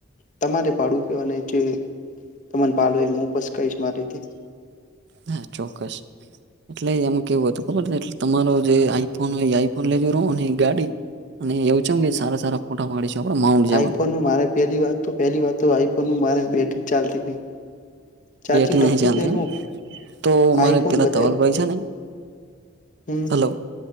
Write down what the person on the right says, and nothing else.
હા ચોક્કસ એટલે એમ કેવું હતું ખબર એટલે તમારો જે આઈફોન હોય આઈફોન લેજ રહો ને એક ગાડી અને એવું છે એમ સારા સારા ફોટા પાડીશુ આપડે માઉન્ટ
જવાનું
બેટરી
ચાલતી
એમ
તો
મારે પેલા
ધવલભાઈ છે ને
હલો